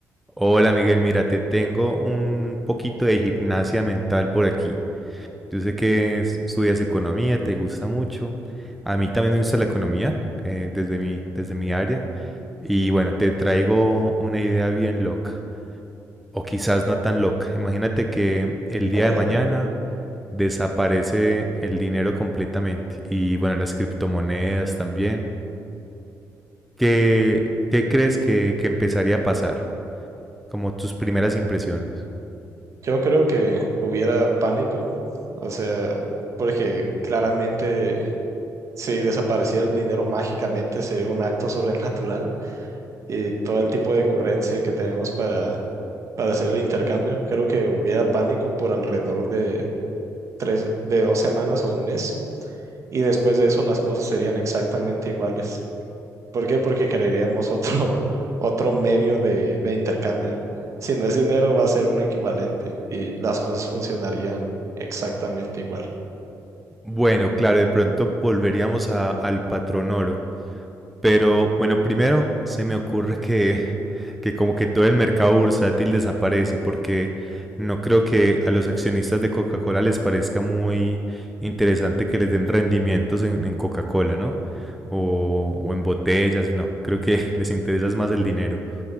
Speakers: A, in the centre; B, on the right.
A: Hola Miguel, mira, te tengo un poquito de gimnasia mental por aquí. Yo sé que es- estudias economía, te gusta mucho. A mí también me gusta la economía, eh, desde mi, desde mi área. Y bueno, te traigo una idea bien loca, o quizás no tan loca. Imagínate que el día
B: A ver,
A: de mañana
B: a ver.
A: desaparece el dinero completamente y bueno, las criptomonedas también. ¿Qué, qué crees que, que empezaría a pasar? Como tus primeras impresiones.
B: Yo creo que hubiera pánico, o sea, porque claramente si desapareciera el dinero mágicamente sería un acto <laughs> sobrenatural y todo el tipo de currencia que tenemos para, para hacer el intercambio. Creo que hubiera pánico por alrededor de tres, de dos semanas o un mes y después de eso las cosas serían exactamente iguales. ¿Por qué? Porque crearíamos otro, <laughs> otro medio de, de intercambio. Si no es dinero, va a ser un equivalente y las cosas funcionarían exactamente igual.
A: Bueno, claro, de pronto volveríamos a- al patrón oro. Pero bueno, primero se me ocurre que, <laughs> que como que todo el mercado bursátil desaparece, porque no creo que a los accionistas de Coca-Cola les parezca muy interesante que les den rendimientos en, en Coca-Cola, ¿no? O, o en botellas, no, creo que <laughs> les interesa es más el dinero.